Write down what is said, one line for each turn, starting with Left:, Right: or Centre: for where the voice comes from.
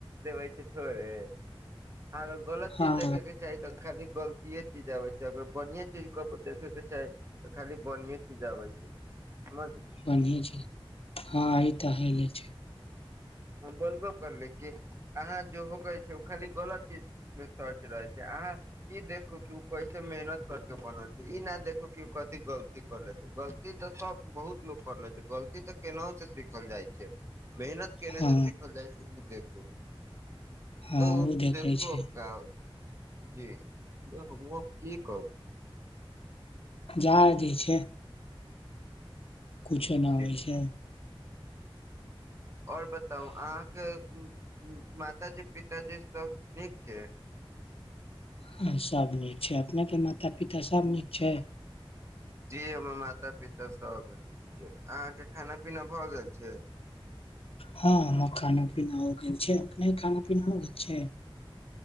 Right: देबै छै थोड़े। अहाँ अगर गलत
Left: हँ
Right: चीज देखे के चाही तऽ खाली गल तीये चीज आबै छै, अगर बढ़ियाँ चीज कबो देखे के चाही तऽ खाली बढ़ियें चीज आबै छै। समझली
Left: बनहिये छै। हाँ ई ते हैले छै।
Right: हम बोलबो करली कि अहाँ जे होकै छै उ खाली गलत चीज मे सर्च रहै छै, अहाँ ई देखू कि उ कैसे मेहनत करके बनल छै, ई ना देख उ की कथी गलती करला छै, गलती तऽ सब बहुत लोग करला छै, गलती ते केनहो से सीखल जाय छै, मेहनत केने
Left: हँ
Right: से सिखल जाय छै, उ देख उ।
Left: हँ
Right: तऽ उ
Left: देखै
Right: देखू
Left: छै
Right: अब का होय छै। जी उहे हमू आब की कहू।
Left: जा दी छै। कुछो ना
Right: जी
Left: होय छै।
Right: और बताउ अहाँ के उम्म माताजी-पिताजी सब नीक छै।
Left: हां सब नीक छै, अपना के माता-पिता सब नीक छै।
Right: जी हमर माता-पिता सब नीक छै, अहाँ के खाना-पीना भऽ गेल छै।
Left: हाँ, हाँ खाना-पीना हो गेल छै, अपने के खाना-पीना हो गेल छै।